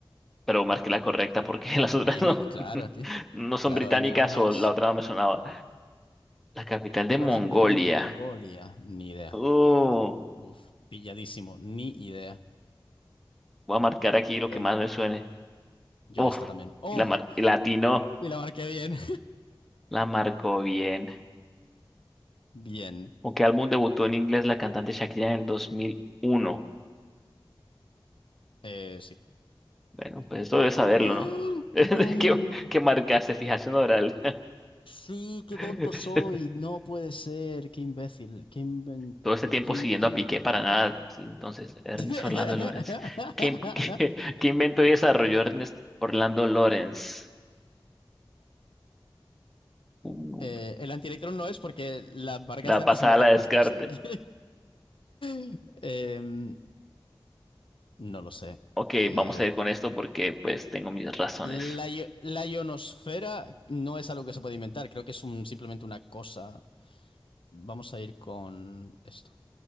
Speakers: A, in the centre; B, on the left (about 75°).
A: pero marqué la correcta porque <laughs> las otras
B: Amy,
A: no,
B: claro,
A: <laughs>
B: tío.
A: no son
B: Claro,
A: británicas
B: Amy Winehouse.
A: o la otra no me sonaba. La capital de
B: ¿Cuál
A: Mongolia.
B: es el capitán de Mongolia? Ni idea.
A: Uh,
B: Uf, pilladísimo, ni idea.
A: voy a marcar aquí lo que
B: Yo
A: más me suene.
B: yo
A: Uf,
B: esta también. ¡Oh!
A: y la mar y la atinó.
B: Y la marqué bien.
A: La marcó bien.
B: <laughs> Bien.
A: ¿Con qué álbum debutó en inglés la cantante Shakira en el 2001?
B: Eh, sí.
A: Bueno, pues esto debe saberlo,
B: ¡Ah!
A: ¿no? <laughs>
B: ¡No!
A: ¿Qué, qué marcaste? Fijación oral.
B: Sí, qué
A: <laughs>
B: tonto soy. No puede ser. Qué imbécil. Qué invento.
A: todo este tiempo
B: Qué, in-
A: siguiendo
B: qué...
A: a
B: in-
A: Piqué para nada. Entonces, Ernest
B: <laughs>
A: Orlando Lawrence. ¿Qué, <laughs> qué, qué inventó y desarrolló Ernest Orlando Lawrence? Uh,
B: Eh, el antielectrón no es porque la marcaste
A: la
B: antes
A: pasada
B: y no acertaste.
A: la descarte.
B: O sea, que- <laughs> Em, no lo sé.
A: Ok,
B: Eh,
A: vamos a ir con esto porque pues tengo mis razones.
B: la, io- la ionosfera no es algo que se puede inventar. Creo que es un- simplemente una cosa. Vamos a ir con esto.